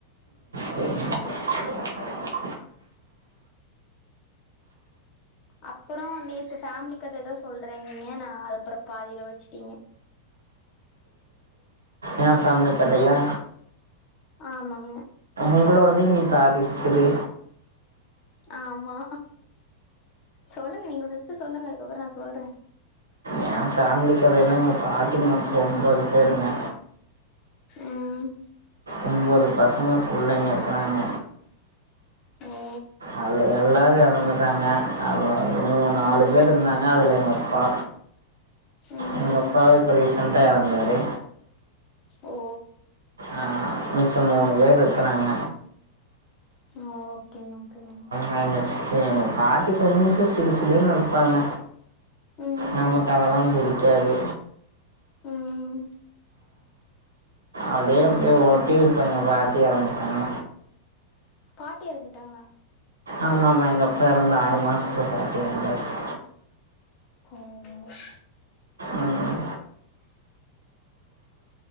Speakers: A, on the right; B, on the left.
A: ச
B: அப்றோ நேத்து ஃபேமிலி கத எதோ சொல்றேனீங்க நா அப்றோ பாதில வச்சிட்டீங்க
A: ஏ ஃபேமிலி கதையா
B: ஆமாங்க
A: ஒங்களோடது இன்னிக் பாதி இருக்குது
B: ஆமா சொல்லுங்க நீங்க ஃபர்ஸ்ட்டு சொல்லுங்க அதுக்கப்றோ நா சொல்றே
A: ஏ ஃபேமிலி கதைலா எங்க பாட்டிக்கு மொத்தோ ஒம்போது பேருங்களா
B: ம்
A: ஒம்பது பசங்க புள்ளைங்க இருக்குறாங்க
B: ஓ
A: அதுல எல்லாரு எறந்துட்டாங்க அதுல மூனு நாலு
B: ம்
A: பேரு இருந்தாங்க அதுல எங்க அப்பா
B: ம்
A: எங்க அப்பா இப்ப ரீசன்டா எறந்தாரு
B: ஓ
A: அ மிச்சம் மூணு பேர் ருக்கறாங்க
B: ஆ ஓகேங்க ஓகே மேம்
A: அ எங்க ச எங்க பாட்டி கொஞ்சு சிடு சிடுனுு இருப்பாங்க
B: ம்
A: நமக் அதெல்லா புடிக்காது
B: ம்
A: அப்டியே அப்டே ஓட்டி இப்ப எங்க பாட்டி எறந்துட்டாங்க
B: பாட்டி எறந்துட்டாங்ளா
A: ஆமா ஆமா எங்கப்பா எறந்து ஆறு மாசத்ல பாட்டி எறந்தாச்சு
B: ம் ம்
A: ம்